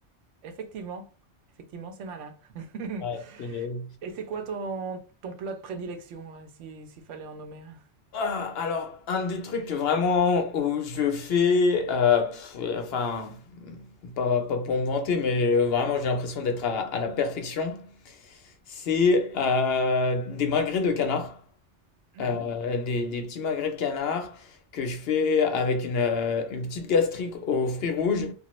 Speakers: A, on the right; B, on the left.
A: Effectivement, effectivement, c'est malin. <laughs>
B: Ouais, c'est bien.
A: Et c'est quoi ton, ton plat de prédilection, hein, si, s'il fallait en nommer un?
B: Ah, alors, un des trucs vraiment où je fais, euh, pff, enfin, pas, pas pour me vanter, mais euh, vraiment j'ai l'impression d'être à, à la perfection, c'est euh, des magrets de canard,
A: Mhm.
B: Euh, des, des petits magrets de canard que je fais avec une, euh, une petite gastrique aux fruits rouges.